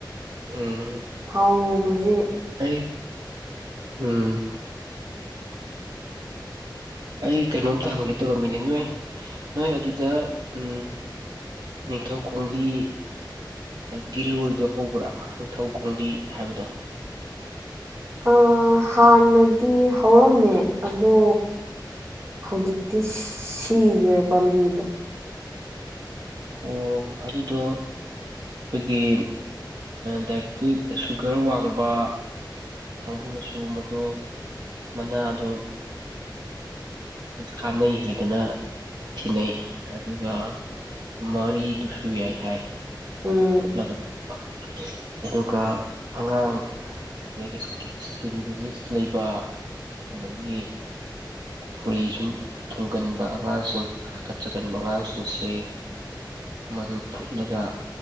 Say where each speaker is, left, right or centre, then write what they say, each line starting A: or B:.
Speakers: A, on the right; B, on the right.
A: ꯎꯝ
B: ꯊꯥꯎ ꯉꯧꯕꯁꯦ
A: ꯑꯩ ꯎꯝ ꯑꯩ ꯀꯩꯅꯣꯝꯇ ꯍꯪꯒꯦ ꯇꯧꯔꯝꯃꯤꯅꯦ ꯅꯣꯏ ꯅꯣꯏ ꯑꯗꯨꯗ ꯎ ꯅꯤꯡꯊꯧ ꯈꯣꯡꯂꯤ ꯒꯤꯂꯣꯏꯗꯣ ꯍꯧꯕ꯭ꯔꯥ ꯅꯤꯡꯊꯧ ꯈꯣꯡꯗꯤ ꯍꯥꯏꯕꯗꯣ
B: ꯑ ꯍꯥꯟꯅꯗꯤ ꯍꯧꯔꯝꯃꯦ ꯑꯗꯣ ꯍꯧꯖꯤꯛꯇꯤ ꯁꯤꯈ꯭ꯔꯦ ꯄꯥꯝꯕꯤꯗꯣ
A: ꯑꯣ ꯑꯗꯨꯗꯣ ꯑꯩꯈꯣꯏꯒꯤ ꯗꯥꯏꯕꯤꯇꯤꯛ ꯁꯨꯒꯔ ꯋꯥꯡꯕ ꯀꯥꯡꯕꯨꯅꯁꯨ ꯃꯗꯨ ꯃꯅꯥ ꯑꯗꯨ ꯀꯥꯟꯅꯩ ꯍꯥꯏꯗꯅ ꯊꯤꯅꯩ ꯑꯗꯨꯒ ꯃꯔꯤꯗꯨꯁꯨ ꯌꯥꯏ ꯍꯥꯏ
B: ꯎꯝ
A: ꯑꯗꯨ ꯐꯨꯠꯂꯒ ꯊꯛꯄ ꯑꯗꯨꯒ ꯑꯉꯥꯡ ꯑꯗꯒꯤ ꯏꯁꯀꯤꯟ ꯗꯤꯖꯤꯖ ꯂꯩꯕ ꯑꯒꯤ ꯐꯨꯔꯤ ꯁꯨꯝ ꯊꯨꯡꯒꯟꯕ ꯑꯉꯥꯡꯁꯤꯡ ꯍꯥꯀꯠꯆꯒꯟꯕ ꯑꯉꯥꯡꯁꯤꯡꯁꯤ ꯃꯗꯨ ꯐꯨꯠꯂꯒ